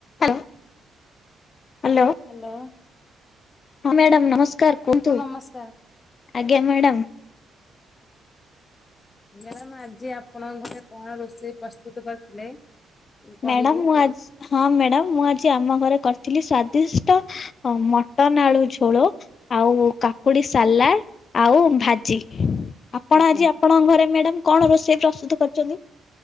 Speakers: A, on the left (about 50°); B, on the left (about 35°).
A: ଆଁ hello.
B: Hello.
A: ହଁ madam ନମସ୍କାର୍ କୁହନ୍ତୁ
B: ନମସ୍କାର।
A: ଆଜ୍ଞା ମ୍ୟାଡ଼ାମ୍
B: ମ୍ୟାଡାମ୍ ଆଜି ଆପଣଙ୍କ ଘରେ କଣ ରୋଷେଇ ପ୍ରସ୍ତୁତୁ କରିଥିଲେ? କହିବେ
A: ମ୍ୟାଡ଼ାମ୍ ମୁଁ ଆ ହଁ ମ୍ୟାଡ଼ାମ୍ ମୁଁ ଆଜି ଆମ ଘରେ କରିଥିଲି ସ୍ଵାଦିଷ୍ଟ ଅ ମଟନ୍ ଆଳୁ ଝୋଳୋ ଆଉ କାକୁଡି ସାଲା ଆଉ ଭାଜି। ଆପଣ
B: ଆଜ୍ଞା।
A: ଆଜି ଆପଣଙ୍କ ଘରେ ମ୍ୟାଡ଼ାମ କଣ ରୋଷେଇ ପ୍ରସ୍ତୁତ କରୁଚନ୍ତି?